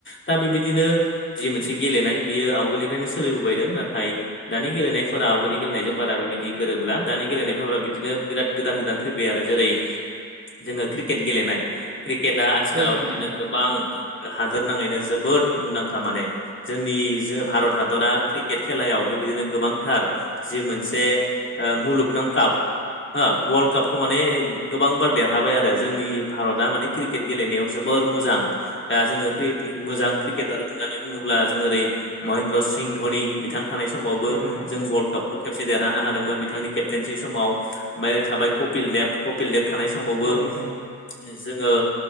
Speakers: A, on the left (about 35°); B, on the right (about 50°).
A: दा बेबायदिनो जि मोनसे गेलेनाय बियो आवगोलनिनो सोलिबोबायदों नाथाय दानि गेलेनायफोरा आवगोलनि गेलेनायजों बारा बेबायदि गोरोबला दानि गेलेनायफोरफोरा बिदिनो बिराद गोदान गोदान फैबाय आरो जेरै जोङो क्रिकेट गेलेनाय क्रिकेट आ आथिखालाव
B: औ नोंथां
A: बिदिनो गोबां हादोरनाङैनो जोबोद मुंदांखा माने जोंनि जो भारत हादरा क्रिकेट खेलायाव बेबायदिनो गोबांथार जि मोनसे मुलुगनां काप हो वाल कापखौ माने गोबां बार देरहाबाय आरो जोंनि भारता माने क्रिकेट गेलेनायाव जोबोर मोजां दा जोङो मोजां क्रिकेट बुंनानै बुङोब्ला जों ओरै महेन्द्र सिं धनि बिथां थानाय समावबो
B: औ नोंथां
A: जों बल खौ खबसे देरहानो हादोंमोन बिथांनि केप्टेनसि समाव ओमफ्राय ओरै थाय कपिल देब कपिल देब थानाय समाव समावबो
B: औ नोंथां
A: जोङो